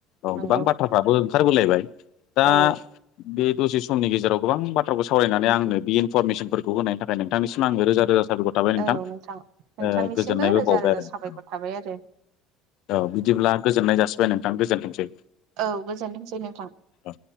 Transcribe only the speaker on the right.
नंगौ
औ
औ नोंथांनिसिमबो
रोजा
रोजा
साबायखर थाबाय आरो
औ गोजोनथोंसै नोंथां।